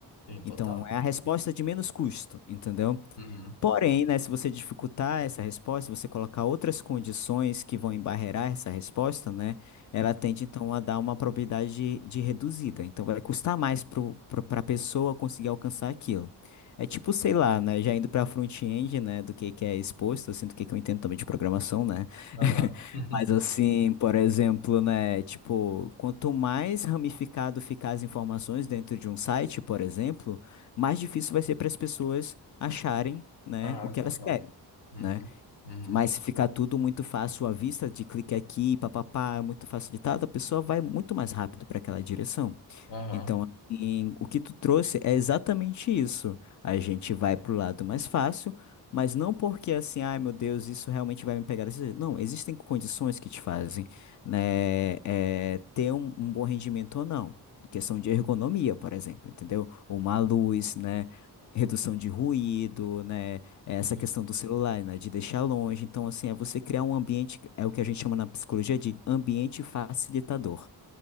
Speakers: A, on the left; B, on the left.
A: Sim,
B: Então,
A: total.
B: é a resposta de menos custo, entendeu?
A: Uhum.
B: Porém, né, se você dificultar essa resposta, se você colocar outras condições que vão embarrear essa resposta, né, ela tende então a dar uma probabilidade de, de reduzida. Então vai custar mais para a pessoa conseguir alcançar aquilo. É tipo, sei lá, né, já indo para front-end, né, do que que é exposto, assim, do que que eu entendo também de programação, né?
A: Aham.
B: <laughs>
A: <laughs>
B: Mas assim, por exemplo, né, tipo, quanto mais ramificado ficar as informações dentro de um site, por exemplo, mais difícil vai ser para as pessoas acharem, né,
A: Aham,
B: o que
A: total.
B: elas querem,
A: Uhum.
B: né?
A: Uhum.
B: Mas se ficar tudo muito fácil à vista, de clique aqui, papapá, é muito facilitado, a pessoa vai muito mais rápido para aquela direção.
A: Aham,
B: Então, assim, o que tu trouxe é exatamente isso. A gente vai pro lado mais fácil, mas não porque assim, ai meu Deus, isso realmente vai me pegar. desse jeito." Não, existem condições que te fazem, né, é, ter um, um bom rendimento ou não. Questão de ergonomia, por exemplo, entendeu? Uma luz, né? Redução de ruído, né? É Essa
A: sim.
B: questão do celular, né? De deixar longe. Então, assim, é você criar um ambiente, é o que a gente chama na psicologia de ambiente facilitador.